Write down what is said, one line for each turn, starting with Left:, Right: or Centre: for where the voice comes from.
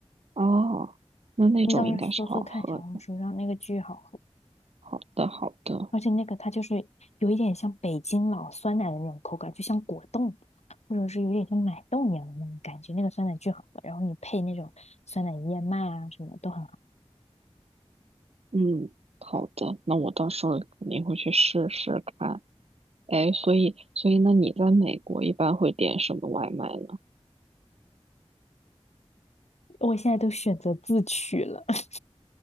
Right: 哦，那那种应该是好喝的。
Left: 你到时候搜搜看小红书上那个巨好喝，
Right: 好的，好的，
Left: 而且那个它就是有一点像北京老酸奶的那种口感，就像果冻，或者是有点像奶冻一样的那种感觉。那个酸奶巨好喝，然后你配那种酸奶燕麦啊什么都很好。
Right: 嗯，好的，那我到时候肯定会去试试看。哎，所以，所以那你在美国一般会点什么外卖呢？
Left: 我现在都选择自取了。<laughs>